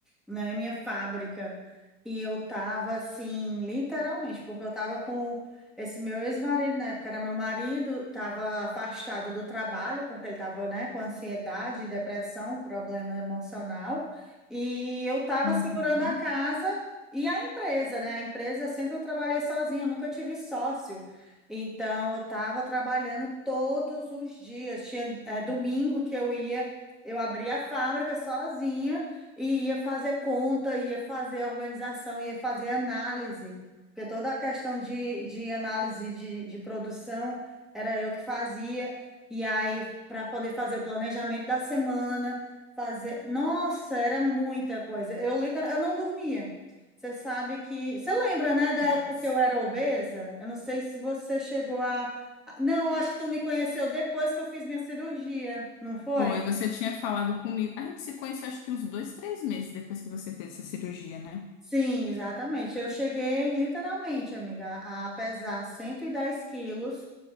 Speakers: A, in the centre; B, on the left.
A: né, minha fábrica e eu tava assim, literalmente, porque eu tava com esse meu ex-marido, na época era meu marido, tava afastado do trabalho, porque ele tava, né, com ansiedade, depressão, problema emocional, e eu tava
B: Uhum.
A: segurando a casa e a empresa, né? A empresa sempre eu trabalhei sozinha, eu nunca tive sócio. Então, eu estava trabalhando todos os dias. Tinha, eh, domingo que eu ia eu abri a fábrica sozinha e ia fazer conta, ia fazer organização, ia fazer análise, porque toda a questão de, de análise de, de produção era eu que fazia, e aí para poder fazer o planejamento da semana, fazer. Nossa, era muita coisa. Eu, literal, eu não dormia. Você sabe que. Você lembra, né, da
B: Nossa.
A: época que eu era obesa? Eu não sei se você chegou a. Não, acho que tu me conheceu depois que eu fiz minha cirurgia, não foi?
B: Pô, você tinha falado comigo. A gente se conheceu, acho que uns dois, três meses depois que você fez essa cirurgia, né?
A: Sim, exatamente. Eu cheguei literalmente, amiga, a pesar 110 quilos,